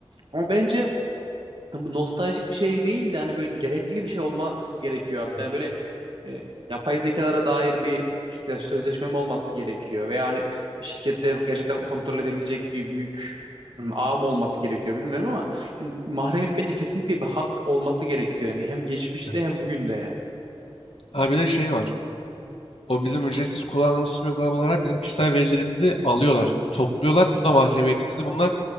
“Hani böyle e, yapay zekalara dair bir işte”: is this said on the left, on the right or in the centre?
Right